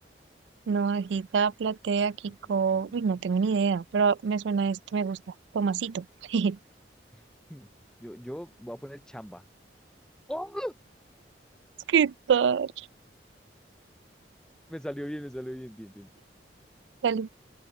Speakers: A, on the right; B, in the centre.
A: Navajita, Platea, Kiko.
B: Mm,
A: Uy, no tengo ni idea, pero me suena esto, me gusta. Tomasito. <laughs>
B: <laughs> hmm. Yo, yo voy a poner chamba. ¡Oh!
A: ¿Qué tal?
B: Me salió bien, me salió bien, bien, bien.
A: Dale,